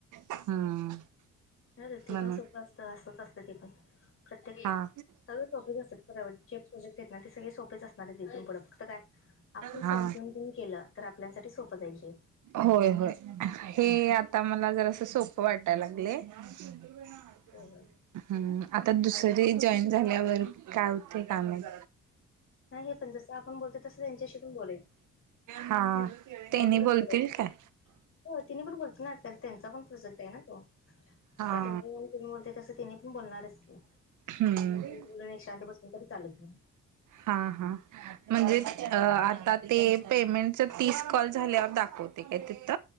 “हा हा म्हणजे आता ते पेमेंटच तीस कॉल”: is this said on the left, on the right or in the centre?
Right